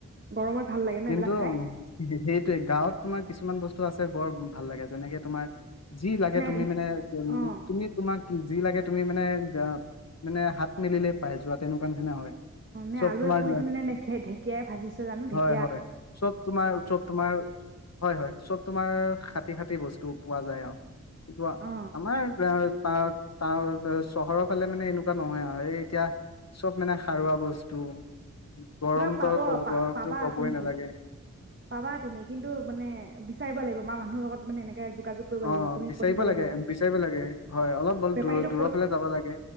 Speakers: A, on the right; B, on the left.
A: গৰমত ভাল লাগে ন
B: কিন্তু
A: এইবিলাক খাই
B: কি সেইটোৱে গাঁৱত তোমাৰ কিছুমান বস্তু আছে বৰ ভাল লাগে যেনেকে তোমাৰ যি লাগে
A: নাই
B: তুমি
A: ঢেঁকী
B: মানে
A: অ
B: তুমি তোমাক কি যি লাগে তুমি মানে মানে হাত মেলিলে পাই যোৱা তেনেকুৱা নিচিনা হয়
A: অনে
B: চব
A: আলুৱে
B: তোমাৰ
A: পুৰিছে নে নে ঢেকীয়াই ভাজিছে জানো ঢে
B: হয় হয় চব তোমাৰ চব তোমাৰ হয় হয় চব তোমাৰ খাটি খাটি বস্তু পোৱা যায় আৰু ইটো
A: অ
B: আমাৰ ত ত চহৰৰ ফালে মানে এনেকুৱা নহয় আৰু এই এতিয়া চব মানে সাৰুৱা বস্তু গৰম
A: ন পাব
B: তই ক'ব
A: পা
B: গৰমতো
A: পাবা
B: একোৱে
A: তুমি
B: নালাগে
A: পাবা তুমি, কিন্তু মানে বিচাৰিব লাগিব <unintelligible> বা মানুহৰ লগত মানে এনেকে যোগাযোগ কৰিব
B: অ
A: লাগিব। তুমি
B: বিচাৰিব
A: কৈ থব
B: লাগে
A: লাগিব,
B: বিচাৰিব লাগে হয় অলপ বল
A: বেপাৰীটোক,
B: দূৰ দূৰৰ
A: কৈ
B: ফালে যাব লাগে